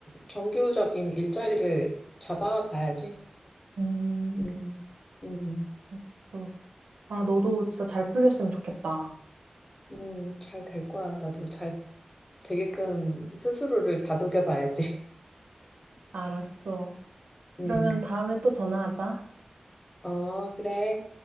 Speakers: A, on the left (about 20°); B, on the right (about 80°).
A: 정규적인 일자리를 잡아봐야지.
B: 음,
A: 음, 음,
B: 알았어. 아, 너도
A: 음,
B: 진짜 잘 풀렸으면 좋겠다.
A: 음, 잘 될 거야. 나도 잘 되게끔 스스로를 다독여봐야지.
B: 알았어.
A: <laughs> 음,
B: 그러면 다음에 또 전화하자.
A: 어, 그래.